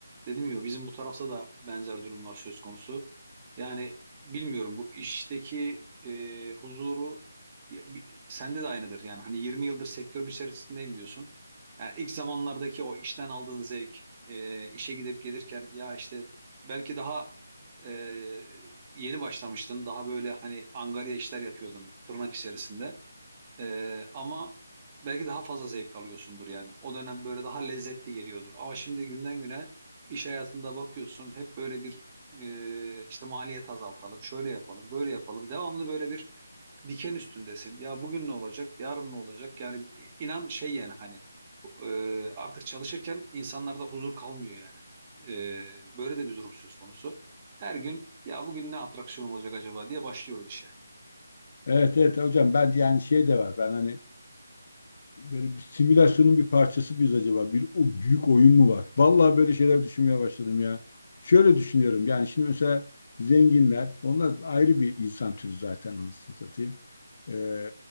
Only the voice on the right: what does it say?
dedim ya bizim bu tarafta da benzer durumlar söz konusu. Yani bilmiyorum bu işteki e, huzuru ya, bi- sende de aynıdır yani hani 20 yıldır sektörün içerisindeyim diyorsun. Yani ilk zamanlardaki o işten aldığın zevk e, işe gidip gelirken ya işte belki daha ee, yeni başlamıştın. Daha böyle hani angarya işler yapıyordun tırnak içerisinde. Ee, ama belki daha fazla zevk alıyorsundur yani. O dönem böyle daha lezzetli geliyordur. Ama şimdi günden güne iş hayatında bakıyorsun hep böyle bir e, işte maliyet azaltalım, şöyle yapalım, böyle yapalım. Devamlı böyle bir diken üstündesin. Ya bugün ne olacak, yarın ne olacak? Yani inan şey yani hani e, artık çalışırken insanlarda huzur kalmıyor yani. E, böyle de bir durum söz konusu. Her gün ya bugün ne atraksiyon olacak acaba diye başlıyoruz işe.